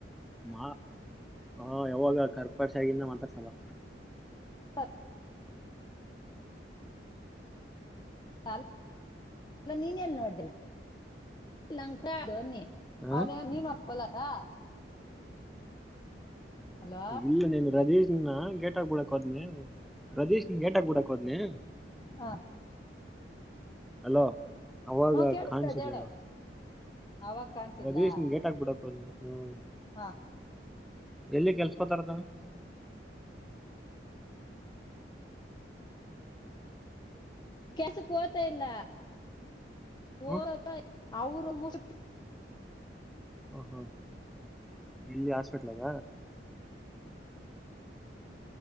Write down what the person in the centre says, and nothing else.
ಮಾ ಹ ಯಾವಾಗ <unintelligible> ಕರ್ಪರ್ಶ ಆಗಿಂದ ಮಾತಾಡ್ಸಲ್ಲ
ಹ್ಮ್
ಇಲ್ಲ ನೀನ್ ರದೀಶ್ನ ಗೇಟ್ ಆಗ್ಬಿಡಕ್ ಹೋದ್ನಿ, ರದೀಶ್ನ ಗೇಟ್ ಆಗ್ಬಿಡಕ್ ಹೋದ್ನಿ.
ಅಲೋ, ಅವಾಗ
ಕಾಣಸಿಲ್ಲೇಳವ
ಅದ ದೇಶನ್ ಗೇಟ್ ಹಕ್ಬಿಡಕ್ು ಅ ಹ್ಮ <unintelligible>
ಎಲ್ಲಿ ಕೆಲ್ಸಕೋತಾರ ಅಣ್ಣ.
ಹ್ಮ್
ಹಾ, ಹಾ ಎಲ್ಲಿ ಹಾಸ್ಪಿಟಲಾಗ.